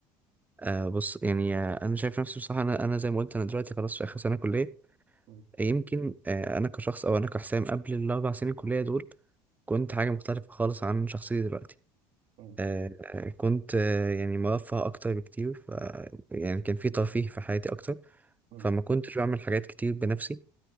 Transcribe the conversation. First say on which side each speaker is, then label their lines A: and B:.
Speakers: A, on the right; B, on the right.
A: آه بص يعني آه أنا شايف نفسي بصراحة أنا أنا زي ما قلت أنا دلوقتي خلاص في آخر سنة كلية
B: مم.
A: يمكن آه أنا كشخص أو أنا كحسام قبل الأربع سنين كلية دول كنت حاجة مختلفة خالص عن شخصيتي دلوقتي
B: مم.
A: آه آه، كنت آه يعني مرفه أكتر بكتير ف يعني كان في ترفيه في حياتي أكتر
B: مم.
A: فما كنتش بعمل حاجات كتير بنفسي